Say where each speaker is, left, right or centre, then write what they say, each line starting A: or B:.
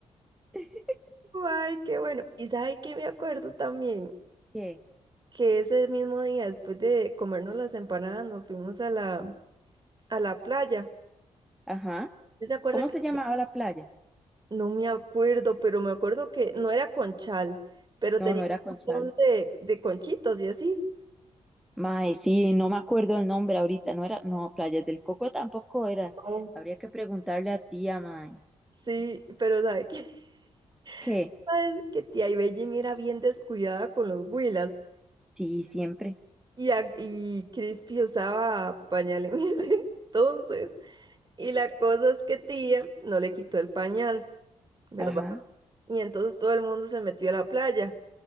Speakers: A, in the centre; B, on the right (about 30°).
A: <laughs>
B: Ay, qué bueno. ¿Y sabe qué me acuerdo también?
A: ¿Qué?
B: Que ese mismo día, después de comernos las empanadas, nos fuimos a la, a la playa.
A: Ajá.
B: ¿Usted se acuerda
A: ¿Cómo
B: que
A: se llamaba la playa?
B: no me acuerdo, pero me acuerdo que no era conchal, pero
A: No,
B: tenía
A: no era Conchal.
B: un montón de, de conchitas y así?
A: Mae, sí, no me acuerdo el nombre ahorita, no era, no, Playas del Coco tampoco era.
B: Oh,
A: Habría que preguntarle a tía, mae.
B: sí, pero ¿sabe qué?
A: ¿Qué?
B: <laughs> ¿Sabes que tía Ibellín era bien descuidada con los huilas?
A: Sí, siempre.
B: Y, a- y Crispy usaba pañal en <laughs> ese entonces. Y la cosa es que tía no le quitó el pañal, ¿verdad?
A: Ajá.
B: Y entonces todo el mundo se metió a la playa,